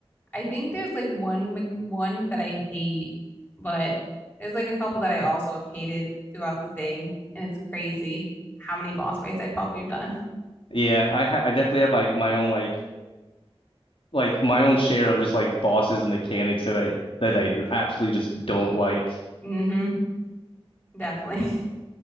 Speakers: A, on the left; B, on the left.
A: I think there's like one me- one that I hate, but there's like a couple that I also have hated throughout the thing, and it's crazy how many boss fights I've probably done.
B: Yeah, I ha I definitely have like my own like like my own share of just like bosses and mechanics that I that I absolutely just don't like.
A: hmm definitely. <laughs>